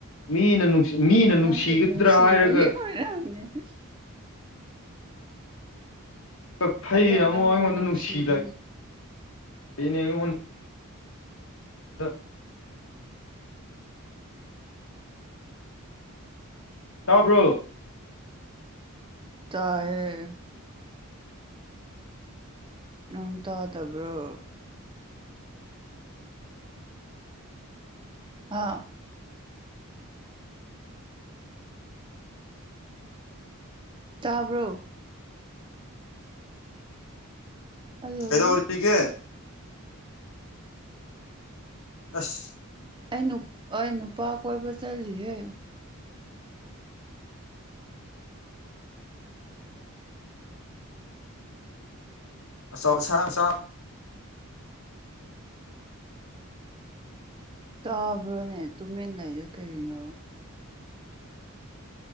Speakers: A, on the left (about 70°); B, on the right (about 20°).
A: ꯃꯤꯅ ꯅꯨꯡꯁꯤ ꯃꯤꯅ
B: ꯑꯣ
A: ꯅꯨꯡꯁꯤꯒꯗ꯭ꯔꯥ
B: ꯅꯪꯕꯨ ꯅꯨꯡꯁꯤꯕꯒꯤ
A: ꯍꯥꯏꯔꯒ
B: <unintelligible>
A: ꯀꯛꯐꯩꯩꯅ
B: ꯑꯗꯣ
A: ꯑꯃꯨꯛ
B: ꯅꯪꯕꯨ
A: ꯑꯩꯉꯣꯟꯗ
B: ꯅꯨꯡꯁꯤꯕꯒꯤ
A: ꯅꯨꯡꯁꯤꯂꯛꯏꯅꯦ ꯑꯩꯉꯣꯟꯗ ꯗꯥ ꯇꯥꯕ꯭ꯔꯣ
B: ꯇꯥꯏꯌꯦ ꯅꯪ ꯇꯥꯗꯕ꯭ꯔꯣ ꯍꯥꯎ ꯇꯥꯕ꯭ꯔꯣ ꯍꯜꯂꯣ
A: ꯀꯗꯧꯔꯤꯒꯦ ꯑꯁ
B: ꯑꯩ ꯅꯨꯞ ꯑꯩ ꯅꯨꯄꯥ ꯀꯣꯏꯕ ꯆꯠꯂꯤꯌꯦ
A: ‌‌ꯑꯆꯧ ꯑꯥꯁꯥꯡ ꯃꯆꯥ
B: ꯇꯥꯕ꯭ꯔꯣꯅꯦ ꯇꯨꯃꯤꯟ ꯂꯩꯏꯗꯣ ꯀꯩꯒꯤꯅꯣ